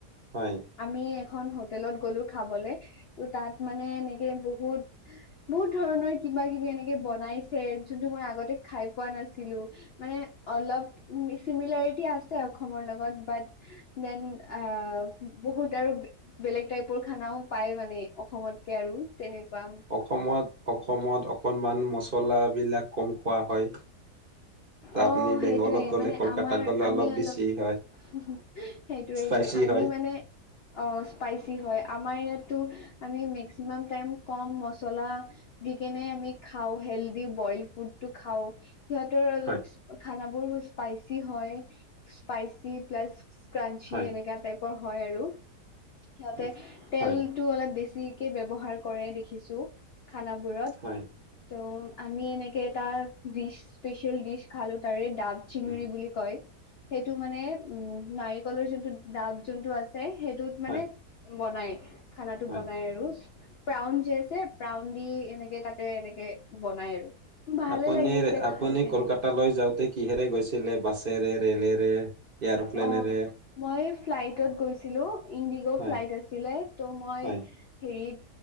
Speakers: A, on the right; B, on the left.
A: হয়
B: আমি এখন হোটেলত গ'লো খাবলে ত' তাত মানে এনেকে বহুত বহুত ধৰণৰ কিবা কিবি এনেকে বনাইছে যোনটো মই আগতে খাই পোৱা নাছিলো মানে অলপ মি চিমিলাৰিটি আছে অসমৰ লগত বাট দেন আহ বহুত আৰু বেলেগ টাইপৰ খানাও পায় মানে অসমতকে আৰু তেনেকুৱা
A: অসমত অসমত অকণমান মছলাবিলাক কম খোৱা হয়। তা
B: অঁ
A: আপুনি বেংগলত
B: সেইটোৱে
A: গ'লে
B: মানে
A: কলকাতাত
B: আমাৰ
A: গ'লে
B: আমি অলপ
A: বেছি হয়,
B: সেইটোৱে সেইটোৱে
A: স্পাইচি
B: আমি
A: হয়।
B: মানে অ স্পাইচি হয় আমাৰ ইয়াতো আমি মেক্সিমাম টাইম কম মচলা দি কেনে আমি খাওঁ হেল্দি বইল ফুডটো খাওঁ। সিহঁতৰো অলপ
A: হয়,
B: খানাবোৰ স্পাইচি হয় স্পাইচি প্লাছ ক্ৰাঞ্চি
A: হয়,
B: এনেকা টাইপৰ হয় আৰু সিহঁতে
A: উম,
B: তেল
A: হয়,
B: টো অলপ বেছিকে ব্যৱহাৰ কৰে দেখিছো খানাবোৰত
A: হয়,
B: ত' আমি এনেকে এটা ডিছ স্পেচিয়েল ডিছ খালো তাৰে ডাব জিঙৰি
A: উম,
B: বুলি কয়, সেইটো মানে উম নাৰিকলৰ যোনটো ডাব যোনটো আছে সেইটো
A: হয়,
B: মানে বনাই খানাটো
A: হয়।
B: বনাই আৰু। প্ৰাউন যে আছে প্ৰাউন দি এনেকে তাতে এনেকে বনাই আৰু ভালে
A: আপুনি
B: লাগিছে
A: আপুনি
B: খাই
A: কলকাতালৈ
B: কেনে।
A: যাওঁতে কিহেৰে গৈছিলে বাছেৰে ৰেলেৰে এয়াৰপ্লেনেৰে?
B: অ' মই ফ্লাইটত গৈছিলো ইণ্ডিগ'
A: হয়,
B: ফ্লাইট আছিলে ত মই
A: হয়,
B: হেৰিত